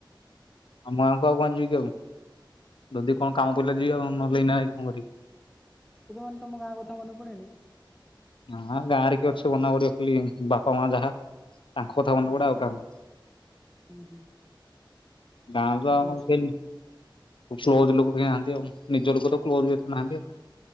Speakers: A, on the left; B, in the centre.
A: ଆମ ଗାଁକୁ ଆଉ କଣ ଯିବି କି, ଆଉ। ଯଦି କଣ କାମ ପଇଲ ଯିବି ଆଉ। ନହେଲେ ଏଇନା ଯାଇକି କଣ କରିବି?
B: କେବେ ମାନେ, ତମ ଗାଁ କଥା ମନେ ପଡେନି।
A: ନା, ଗାଁରେ କିଏ ଅଛି ମନେ ପଡିବ, ଖାଲି ବାପା ମା ଯାହା। ତାଙ୍କ କଥା ମନ ପଡେ, ଆଉ କାହାର।
B: ହୁଁ ହୁଁ।
A: ଗାଁ ରେ ତ
B: ଆଉ
A: ଆମର
B: ତୋର
A: କେହି କ୍ଲୋଜ ଲୋକ ବି ନାହାନ୍ତି ଆଉ। ନିଜ ଲୋକ ତ କ୍ଲୋଜ ଏତେ ନାହାନ୍ତି ଆଉ।